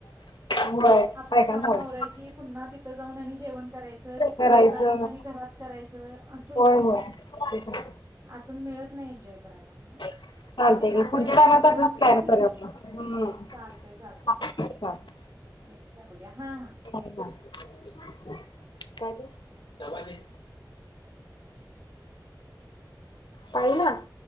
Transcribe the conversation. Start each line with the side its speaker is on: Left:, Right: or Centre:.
Left: होय
Right: आपलं
Left: बायकांना
Right: कामं
Left: होय
Right: आवरायची पुन्हा ती तीथ जाऊन आणि जेवन करायचं च तिथनं
Left: करायचं
Right: घरात येऊन आणि घरात करायचं असं होत.
Left: होय होय.
Right: अस मिळत नाही एन्जॉय करायला मग,
Left: चालतय
Right: मग ते बापयांचा
Left: घे पुढच्या टायमिंग
Right: एन्जॉय
Left: पासून
Right: होतय
Left: तयारी करुया मग
Right: चालतंय चालतंय
Left: हम चालतय.
Right: नेक्स्ट टाईम बघुया. हां हां
Left: काय ते डबा दे पाहिला?